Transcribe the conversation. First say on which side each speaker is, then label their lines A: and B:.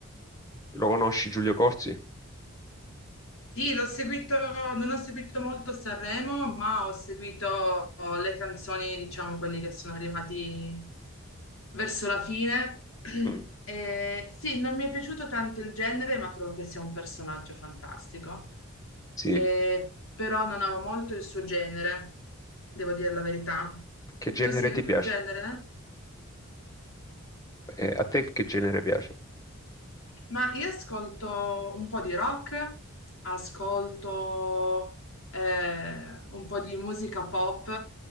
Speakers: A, on the left (about 15°); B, on the left (about 70°).
A: lo conosci Giulio Corsi?
B: Sì, l'ho seguito, non ho seguito molto Sanremo, ma ho seguito le canzoni, diciamo, quelli che sono arrivati verso la fine. <clears throat>
A: Mm,
B: E sì, non mi è piaciuto tanto il genere, ma trovo che sia un personaggio fantastico.
A: Sì,
B: E- però non amo molto il suo genere, devo dire la verità.
A: che genere
B: Tu segui
A: ti
B: quel
A: piace?
B: genere?
A: Eh, a te che genere piace?
B: Ma io ascolto un po' di rock, ascolto eh, un po' di musica pop.